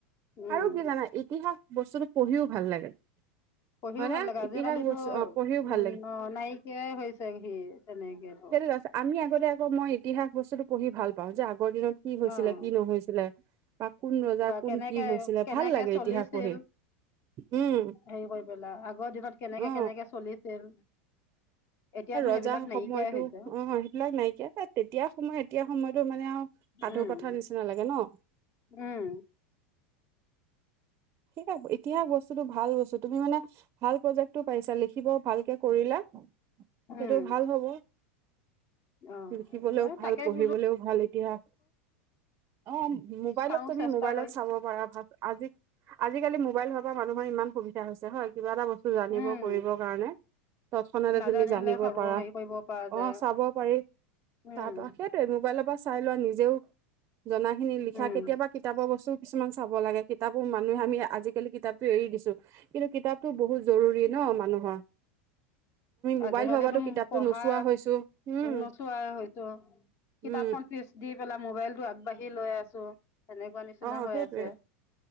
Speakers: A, on the left (about 45°); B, on the right (about 40°).
A: উম,
B: আৰু কি জানা ইতিহাস বস্তুটো পঢ়িও ভাল লাগে।
A: <inaudible> পঢ়িও
B: হয়
A: ভাল
B: নে
A: লাগে আজিকালিতো
B: ইতিহাস বস্তু অ পঢ়িও ভাল
A: উম
B: লাগে
A: অ নায়কিয়াই হৈছে সি তেনেকেতো।
B: তাৰ আমি আগতে আকৌ মই ইতিহাস বস্তুতটো পঢ়ি ভাল পাওঁ যে আগৰ দিনত কি হৈছিলে
A: অ'
B: কি নহৈছিলে। বা কোন ৰজা
A: বা
B: কোন
A: কেনেকে
B: কি হৈছিলে
A: কেনেকে
B: ভাল লাগে
A: চলিছিল?
B: ইতিহাস পঢ়ি উম
A: হেৰি কৰি পেলা আগৰ দিনত কেনেকে
B: অ
A: কেনেকে চলিছিল? এতিয়াতো
B: ৰজাৰ
A: সেইবিলাক নাইকিয়াই
B: সময়তো
A: হৈছে
B: অ সেইবিলাক নাইকিয়া তেতিয়া সময় এতিয়া সময়ত টো মানে আৰু সাধু
A: উম।
B: কথা নিচিনা লাগে ন।
A: উম
B: সেয়াই এতিয়া বস্তুতটো ভাল বস্তু। তুমি মানে ভাল প্ৰজেক্টটো পাইছা লিখিব ভালকে কৰিলা।
A: উম
B: সেইটো ভাল হ'ব।
A: অ
B: লিখিবলৈও
A: হয়
B: ভাল
A: তাকে
B: পঢ়িবলৈও
A: বোলো
B: ভাল ইতিহাস। অঁ মোবাইলত
A: চাও
B: তুমি
A: চেষ্টা
B: মোবাইলত
A: কৰি
B: চাব পাৰা ভাল আজি- আজিকালি মোবাইল হোৱাৰ পৰা মানুহৰ ইমান সুবিধা হৈছে হয়। কিবা এটা বস্তু জানিব
A: উম
B: কৰিবৰ কাৰণে তৎক্ষণতে
A: নাজানিলে
B: তুমি জানিব
A: চাব
B: পাৰা।
A: হেৰি কৰিব পৰা যায়
B: অঁ চাব পাৰি
A: উম
B: তাৰ পাৰি। তাকেই টো মোবাইলৰ পৰা চাই লোৱা নিজেও- জনা খিনি লিখা
A: উম
B: কেতিয়াবা কিতাপৰ বস্তুও কিছুমান চাব লাগে। - কিতাপ মানুহে আমি আজিকালি কিতাপতো এৰি দিছো কিন্তু কিতাপতো বহুত জৰুৰী ন' মানুহৰ। <inaudible> মোবাইল
A: আজি কালিতো
B: হোৱাৰ পৰাতো
A: টো
B: কিতাপটো
A: পঢ়া
B: নোচোৱা হৈছো উম
A: নোচোৱাই হয়তো। কিতাপখন
B: উম
A: পিচ দি পেলাই মোবাইল আগ- বাঢ়ি লৈ আছো সেনেকুৱা নিচিনা
B: অ
A: হৈ
B: সেইটোৱে
A: আছে।